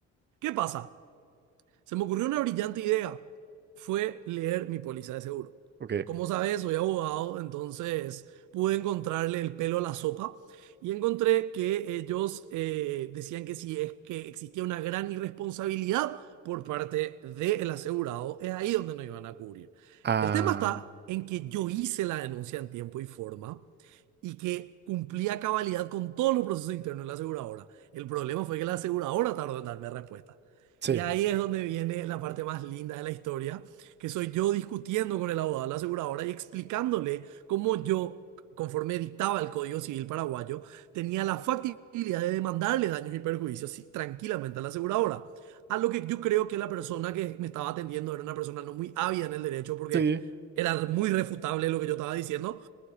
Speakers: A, on the right; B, on the right.
A: ¿Qué pasa? Se me ocurrió una brillante idea. Fue leer mi póliza de seguro.
B: Ok.
A: Como sabes, soy abogado, entonces pude encontrarle el pelo a la sopa y encontré que ellos eh, decían que si es que existía una gran irresponsabilidad por parte del asegurado, es ahí donde no iban a cubrir.
B: Ah,
A: El tema está en que yo hice la denuncia en tiempo y forma y que cumplía cabalidad con todos los procesos internos de la aseguradora. El problema fue que la aseguradora tardó en darme respuesta.
B: sí.
A: Y ahí es donde viene la parte más linda de la historia, que soy yo discutiendo con el abogado de la aseguradora y explicándole cómo yo, conforme dictaba el Código Civil paraguayo, tenía la factibilidad de demandarle daños y perjuicios sí, tranquilamente a la aseguradora. A lo que yo creo que la persona que me estaba atendiendo era una persona no muy ávida en el derecho porque
B: Sí.
A: era muy refutable lo que yo estaba diciendo,